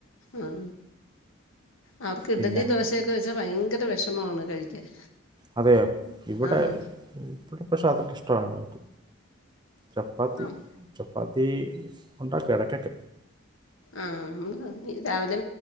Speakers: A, on the left; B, on the right.
A: ആ അവർക്ക് ഇഡലി
B: പിന്നെ
A: ദോശൊക്കെ വെച്ചാ ഭയര ഭയങ്കര വിഷമാണ് കഴിക്കാൻ
B: അതെ ഇവിടെ
A: ആഹ്
B: ഇവിടെ പ്രക്ഷ അതൊക്കെ ഇഷ്ടോറണ്ട ചപ്പാത്തി
A: ആഹ്
B: പ്പത്തി ഉണ്ടാക്കും ഇടയ്ക്കൊക്ക
A: ആ രാവിലെ